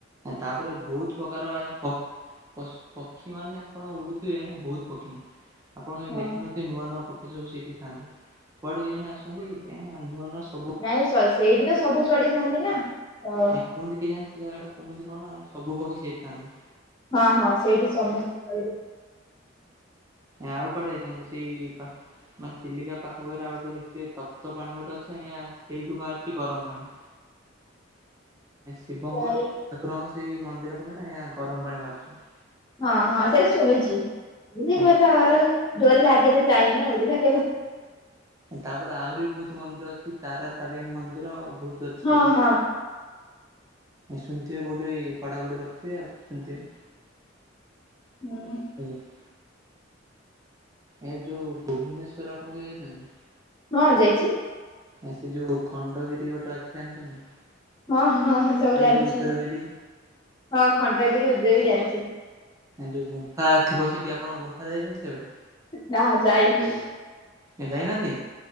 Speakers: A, on the right (about 15°); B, on the left (about 25°).
A: ତାପରେ ବହୁତ ପ୍ରକାର ଆଜ୍ଞା ପଶୁ ପକ୍ଷୀ ମାନେ ଆପଣ ଉଡୁ ବହୁତ ପକ୍ଷୀ ଆପଣଙ୍କ କାଇଁ
B: ହଁ
A: ଦେଖିନଥିବେ ନୂଆ ନୂଆ ପକ୍ଷୀ। ସେ ସବୁ ସେଠି ଥାନ୍ତି। କୁଆଡୁ କେଜାଣି ଆସନ୍ତି <unintelligible>
B: ନାଇଁ ସେଇଠି ତ ସବୁ ଚଢି ଯାଆନ୍ତି ନା। ଓ
A: ଏ କୁହନ୍ତି କେଜାଣି ସେ ଜାଗା ଟା କୁମନ୍ତି କଣ ସବୁ ପକ୍ଷୀ ସେଇଠି ଥାଆନ୍ତି।
B: ହଁ ହଁ ସେଇଠି ସମସ୍ତେ
A: ଆଉ କୁଆଡେ ଯାଇଥାନ୍ତେ ସେଇ ପା ମାନେ ଚିଲିକା ପାଖାପାଖିରେ ଆଉ ଗୋଟେ ଦେଖିବେ ତପ୍ତ ପାଣି ଗୋଟେ ଅଛି ଆଜ୍ଞା ସେଇଠୁ ବାହାରୁଛି ଗରମ ପାଣି।
B: <inaudible>
A: ଶିବଙ୍କ
B: ଚଢି
A: ଠାକୁରଙ୍କ ସେଇ ମନ୍ଦିର ପାଖରେ ଆଜ୍ଞା ଗରମ ପାଣି ବାହାରୁଛି।
B: ହଁ ହଁ ସେଟା ଶୁଣିଛି <unintelligible>
A: ଆଜ୍ଞା।
B: ଡୋରି ଲାଗିନି ତ ଯାଇନି ଆଉ ଦେଖିବା
A: ତାପରେ ଆହୁରି ବହୁତ ମନ୍ଦିର ଅଛି, ତାରା ତାରିଣୀ ମନ୍ଦିର ବହୁତ ଅଛି
B: ହଁ
A: ସେଇଠି।
B: ହଁ
A: ଶୁଣିଥିବେ କୋଉଠି ପଢାପଢି କରିଥିବେ ଆଉ ଶୁଣିଥିବେ।
B: ହୁଁ।
A: ଆଜ୍ଞା। ଏ ଯୋଉ ଭୁବନେଶ୍ୱର ଆପଣ କେବେ ଯାଇଛନ୍ତି?
B: ହଁ ଯାଇଛି।
A: ଆ ସେ ଯୋଉ ଖଣ୍ଡଗିରି ଗୋଟେ ଅଛି ଜାଣିଛନ୍ତି।
B: ହଁ ହଁ ହ
A: ଖଣ୍ଡଗିରି
B: ସବୁ ଜାଣିଛି,
A: ଉଦୟଗିରି
B: ହଁ ଖଣ୍ଡଗିରି ଉଦୟଗିରି ଜାଣିଛି।
A: ଯୋଉ ଗୁମ୍ଫା ଥିବ ସେଠି ଆପଣ ଗୁମ୍ଫାରେ ଯାଇଛନ୍ତି କେବେ?
B: ନା ଯାଇନି।
A: ଏ ଯାଇନାହନ୍ତି?